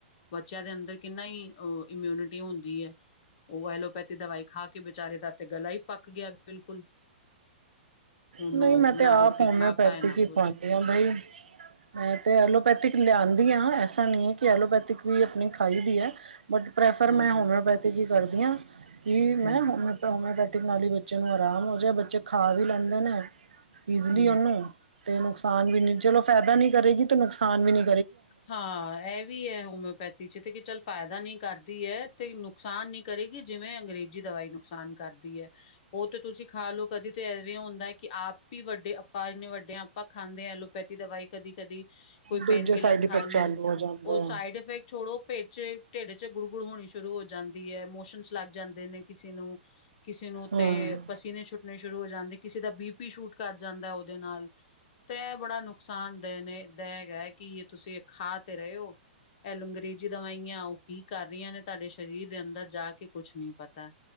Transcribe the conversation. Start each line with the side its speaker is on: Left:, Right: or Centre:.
Left: ਬੱਚਿਆਂ ਦੇ ਅੰਦਰ ਕਿੰਨਾ ਹੀ ਅ ਇਮਿਊਨਿਟੀ ਹੁੰਦੀ ਹੈ। ਉਹ ਐਲੋਪੈਥੀ ਦਵਾਈ ਖਾ ਕੇ ਵਿਚਾਰੇ ਦਾ ਤੇ ਗਲਾ ਹੀ ਪੱਕ ਗਿਆ ਬਿਲਕੁਲ। ਹੁਣ
Right: ਨਹੀਂ,
Left: ਉਹ
Right: ਮੈਂ ਤੇ
Left: ਨਾ
Right: ਆਪ
Left: ਰੋਟੀ
Right: ਹੋਮਿਓਪੈਥਿਕ
Left: ਖਾ ਪਾਏ ਨਾ
Right: ਹੀ ਖਵਾਂਦੀ
Left: ਕੁਛ
Right: ਹ ਬਾਈ। ਮੈਂ ਤੇ ਐਲੋਪੈਥਿਕ ਲਿਆਂਦੀ ਹ ਐਸਾ ਨੀ ਹੈ ਕਿ ਐਲੋਪੈਥਿਕ ਵੀ ਆਪਣੀ ਖਾਈ ਦੀ ਹੈ, ਬਟ ਪ੍ਰੈਫਰ
Left: ਹਾਂਜੀ
Right: ਮੈਂ ਹੋਮਿਓਪੈਥਿਕ ਹੀ ਕਰਦੀ ਹਾਂ। ਕਿ ਮੈਂ
Left: ਹਮ
Right: ਹੋ ਹੋਮਓਪੈਥਿਕ ਨਾਲ ਹੀ ਬੱਚੇ ਨੂੰ ਆਰਾਮ ਹੋ ਜਾ ਬੱਚੇ ਖਾ ਵੀ ਲੈਂਦੇ ਨੇ। ਈਜ਼ਲੀ
Left: ਹਮ
Right: ਉਹਨੂੰ ਤੇ ਨੁਕਸਾਨ ਵੀ ਨੀ ਚਲੋ ਫਾਇਦਾ ਨੀ ਕਰੇਗੀ ਤੇ ਨੁਕਸਾਨ ਵੀ ਨੀ
Left: ਹਾਂ ਇਹ ਵੀ ਹੈ ਹੋਮਿਓਪੈਥੀ ਚ ਤੇ ਕਿ ਚੱਲ ਫਾਇਦਾ ਨਹੀ ਕਰਦੀ ਹੈ, ਤੇ ਨੁਕਸਾਨ ਨੀ ਕਰੇਗੀ ਜਿਵੇਂ ਅੰਗਰੇਜ਼ੀ ਦਵਾਈ ਨੁਕਸਾਨ ਕਰਦੀ ਹੈ। ਉਹ ਤੇ ਤੁਸੀਂ ਖਾ ਲਓ ਕਦੇ ਤਾਂ ਐਵੇਂ ਹੁੰਦਾ ਹੈ ਕਿ ਆਪ ਹੀ ਵੱਡੇ ਆਪਾਂ ਇੰਨੇ ਵੱਡੇ ਆਪਾਂ ਖਾਂਦੇ ਆ। ਪੈਥੀ ਦਵਾਈ ਕਦੀ ਕਦੀ ਕੋਈ
Right: ਦੂਜੇ
Left: ਪੇਨ ਕਿਲਰ
Right: ਸਾਈਡ ਇਫੈਕਟ
Left: ਖਾਲੀ,
Right: ਚਾਲੂ ਹੋ ਜਾਂਦੇ
Left: ਉਹ
Right: ਆ
Left: ਸਾਈਡ ਇਫੈਕਟ ਛੋੜੋ ਪੇਟ ਚ ਢੇਡੇ ਚ ਗੁੜ ਗੁੜ ਹੋਣੀ ਸ਼ੁਰੂ ਹੋ ਜਾਂਦੀ ਹੈ ਮੋਸ਼ਨ ਲੱਗ ਜਾਂਦੇ ਨੇ ਕਿਸੇ ਨੂੰ ਕਿਸੇ ਨੂੰ
Right: ਹਮ।
Left: ਤੇ ਪਸੀਨੇ ਛੁੱਟਣੇ ਸ਼ੁਰੂ ਹੋ ਜਾਂਦੇ ਕਿਸੇ ਦਾ ਬੀ ਪੀ ਸ਼ੂਟ ਕਰ ਜਾਂਦਾ ਉਹਦੇ ਨਾਲ ਤ ਬੜਾ ਨੁਕਸਾਨ ਦ ਨੇ ਦਗਾ ਕਿ ਇਹ ਤੁਸੀਂ ਖਾ ਤੇ ਰਹੇ ਹੋ ਇਹ ਅੰਗਰੇਜ਼ੀ ਦਵਾਈਆਂ ਉਹ ਕੀ ਕਰ ਰਹੀਆਂ ਨੇ, ਤੁਹਾਡੇ ਸਰੀਰ ਦੇ ਅੰਦਰ ਜਾ ਕੇ ਕੁਛ ਨਹੀਂ ਪਤਾ।